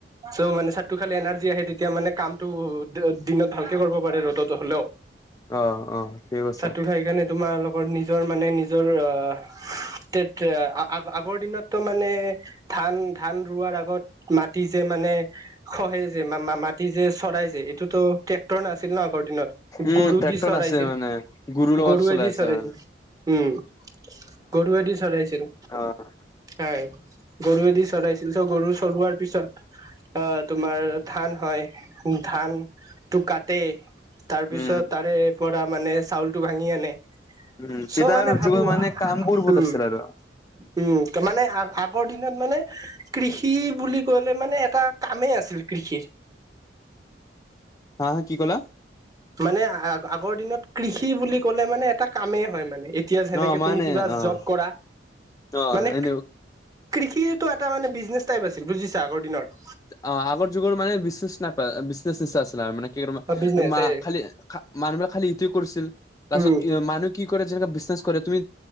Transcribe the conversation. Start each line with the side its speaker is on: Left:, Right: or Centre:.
Right: চ' মানে চাট্টু খালে এনাৰ্জি আহে তেতিয়া মানে কামটো দি দিনত ভালকে কৰব পাৰে ৰ'দতো হলেও
Left: অ', অ', ঠিক আছে
Right: চাট্টু খাই কেণে তোমাৰ লগৰ নি জৰ মানে নিজৰ অ টেট তে আ আগ-আগৰ দিনতো মানে, ধান-ধান ৰোৱাৰ আগত মাটি যে মানে খহে যে, মা-মাটি যে চৰায় যে এইটোতো ট্ৰেক্ট টৰ নাছিল ন আগৰ দিনত,
Left: উম,
Right: গৰু
Left: ট্ৰেক্টৰ
Right: দি চৰাইছিল।
Left: আছে মানে গৰুৰ লগত
Right: গৰুৱেদি
Left: চলাই আছে
Right: চৰাইছিল।
Left: মানে
Right: উম, গৰুৱেদি চৰাইছিল।
Left: অহ'।
Right: হয়। গৰুৱেদি চৰাইছিল, চ' গৰু চৰুৱাৰ পিছত আহ তোমাৰ ধান হয়, ধানটো কাটে। তাৰ
Left: উম,
Right: পিছত তাৰে পৰা মানে, চাউলটো ভাঙি আনে।
Left: উম, তেতিয়াৰ
Right: চ' মানে ভাবো
Left: যুগত মানে কামবোৰ বহুত
Right: উম
Left: আছিল আৰু।
Right: উম, তাৰমানে আগ আগ আগৰ দিনত মানে কৃষি বুলি ক'লে মানে, এটা কামেই আছিল কৃষিৰ।
Left: হা হা কি ক'লা?
Right: মানে আ-আগৰ দিনত কৃষি বুলি ক'লে মানে, এটা কামেই হয় মানে, এ এতিয়া যেনেকে
Left: অ', মানে
Right: তুমি কিবা
Left: অ',
Right: জব কৰা,
Left: অ',
Right: মানে
Left: এনে
Right: কৃষিটো এটা মানে বিজনেচ টাইপ আছিল বুজিছা, আগৰ দিনৰ।
Left: আ-আগৰ যুগৰ মানে বিজনেছ নাপায়, বিজনেছিছে আছিলে মানে। <inaudible>
Right: অ বিজনেচ
Left: মা
Right: এই
Left: খালি খা, মানুহবিলাক খালি ইটোৱে কৰিছিল, তাৰপাছত
Right: উম
Left: কি হ'ল মানুহ কি কৰে যেনে বিজনেছ কৰে, তুমি